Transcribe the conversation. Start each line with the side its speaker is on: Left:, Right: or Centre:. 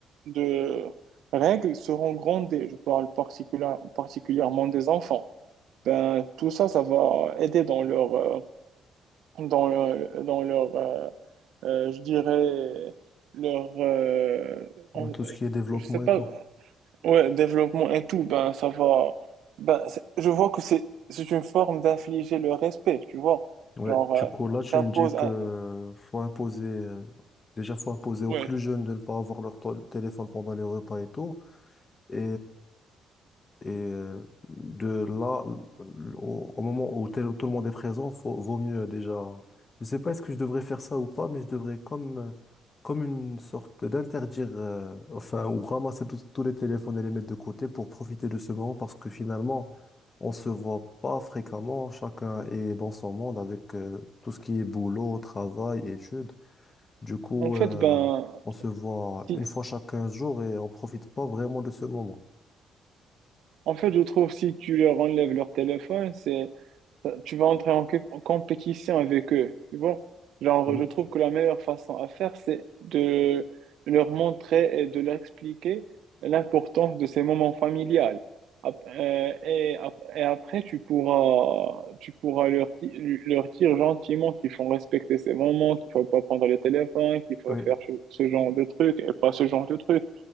Right: de règles seront grondés. Je parle particulière- particulièrement des enfants. Ben, tout ça, ça va aider dans leur, euh, dans leur, dans leur euh, euh, je dirais, leur, euh,
Left: Ouais,
Right: en-
Left: tout ce qui est développement
Right: je sais pas,
Left: et tout.
Right: ouais, développement et tout, ben, ça va, ben, c'est- je vois que c'est, c'est une forme d'infliger le respect, tu vois,
Left: Ouais,
Right: genre,
Left: du
Right: euh,
Left: coup là tu
Right: t'imposes
Left: me dis que
Right: un,
Left: faut imposer euh, déjà faut imposer aux
Right: ouais,
Left: plus jeunes de ne pas avoir leur to- téléphone pendant les repas et tout et Et euh, de là, l- au, au moment où tel- tout le monde est présent, faut, vaut mieux déjà. Je sais pas est-ce que je devrais faire ça ou pas, mais je devrais comme, euh, comme une sorte d'interdire, euh, enfin, ou ramasser tous tous les téléphones et les mettre de côté pour profiter de ce moment parce que finalement, on se voit pas fréquemment. Chacun est dans son monde avec euh, tout ce qui est boulot, travail, études. Du coup,
Right: en fait,
Left: euh,
Right: ben,
Left: on se voit
Right: si,
Left: une fois chaque 15 jours et on profite pas vraiment de ce moment.
Right: en fait, je trouve si tu leur enlèves leur téléphone, c'est, ça- tu vas entrer en cu- en compétition avec eux, tu vois. Genre,
Left: Oui,
Right: je trouve que la meilleure façon à faire, c'est de leur montrer et de leur expliquer l'importance de ces moments familiales. Ap- euh, Et, ap- et après, tu pourras, tu pourras leur, di- leur dire gentiment qu'il faut respecter ces moments, qu'il faut pas prendre le téléphone, qu'il faut
Left: oui.
Right: faire ce ce genre de trucs et pas ce genre de trucs.